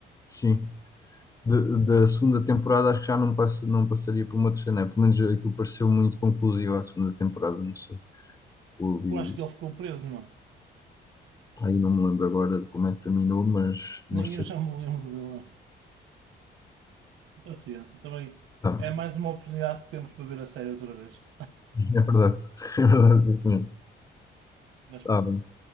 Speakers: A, on the left; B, on the right.
A: sim. de- da segunda temporada acho que já não, passa, não passaria por uma terceira, né? Pelo menos aquilo pareceu muito conclusivo à segunda temporada, não sei. Eu li,
B: Eu acho que ele ficou preso, não é?
A: aí não me lembro agora de como é que terminou, mas, mas
B: Nem
A: sei
B: eu já
A: que.
B: me lembro dele lá. Paciência, também
A: Tá,
B: é mais uma oportunidade que temos para ver a série outra vez.
A: é verdade, <laughs> é verdade, isso mesmo.
B: Mas
A: Tá
B: pronto.
A: bem.